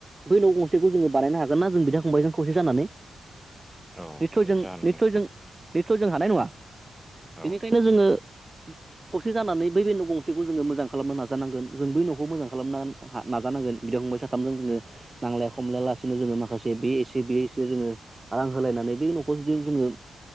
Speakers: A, on the right; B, in the centre.
A: बै न' गंसेखौ जोङो बानायनो हागोन ना जों बिदा फंबाय जों खौसे जानानै?
B: औ
A: निसय
B: निस्सय
A: जों
B: हानो
A: निसय
B: नों
A: जों निसय जों हानाय नङा।
B: औ
A: बेनिखायनो जोङो खौसे जानानै बै बे न' गंसेखौ जोङो मोजां खालामनो नाजानांगोन जों बै न'खौ मोजां खालामनो नाजानांगोन बिदा फंबाय साथामजों जोङो नांलाय खमलाया लालासिनो जोङो माखासे बे एसे बे एसे जोङो रां होलायनानै बे न'खौ जुदि जोङो